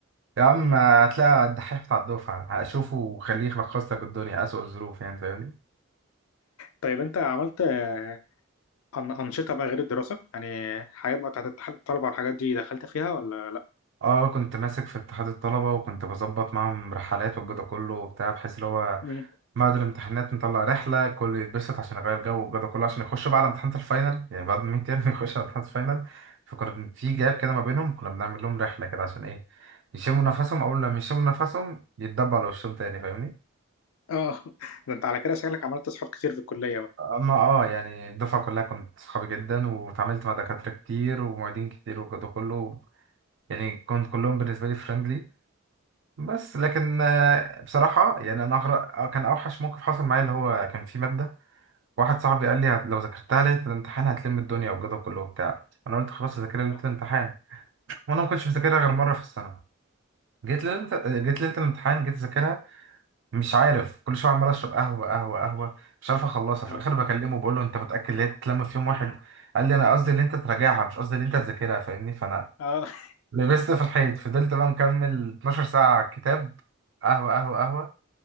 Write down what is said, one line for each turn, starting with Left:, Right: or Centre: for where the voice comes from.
Right: يا عم
Left: مم.
Right: هتلاقي الدحيح بتاع الدفعة هشوفه وخليه يلخص لك الدنيا أسوأ الظروف يعني فاهمني
Left: طيب انت عملت آه، أن- أنشطة بقى غير الدراسة يعني حاجات بقى بتاعت اتحاد الطلبة والحاجات دي دخلت فيها ولا لأ؟
Right: اه كنت ماسك في اتحاد الطلبة وكنت بظبط معاهم رحلات والجو ده كله وبتاع بحيث اللي هو
Left: مم.
Right: بعد الامتحانات نطلع رحلة كله يتبسط عشان يغير جو والجو ده كله عشان يخش بعد امتحانات الفاينل يعني بعد 100 ترم <laughs> يخش على امتحانات الفاينل فكنا بن- في جاب كده ما بينهم كنا بنعمل لهم رحلة كده عشان ايه يشموا نفسهم أول لما يشموا نفسهم يتدبوا على وشهم تاني فاهمني
Left: اه <laughs> ده انت على كده شكلك عملت أصحاب كتير في الكلية بقى
Right: اما اه يعني الدفعه كلها كنت صحابي جدا واتعاملت مع دكاتره كتير ومعيدين كتير وكده كله يعني كنت كلهم بالنسبه لي فريندلي بس لكن آه، بصراحه يعني انا أغرق آه، كان اوحش موقف حصل معايا اللي هو كان في ماده واحد صاحبي قال لي هت- لو ذاكرتها ليله الامتحان هتلم الدنيا وكده كله وبتاع انا قلت خلاص هذاكرها
Left: اه
Right: ليله الامتحان وانا ما كنتش بذاكرها غير مره في السنه جيت ليله جيت ليله الامتحان جيت اذاكرها مش عارف كل شويه عمال اشرب قهوه قهوه قهوه مش عارف اخلصها في
Left: اه
Right: الاخر بكلمه بقول له انت متاكد ان هي تتلم في يوم واحد قال لي انا قصدي ان انت تراجعها مش قصدي ان انت تذاكرها فاهمني فانا
Left: اه <laughs>
Right: لبست في الحيط فضلت بقى مكمل 12 ساعه على الكتاب قهوه قهوه قهوه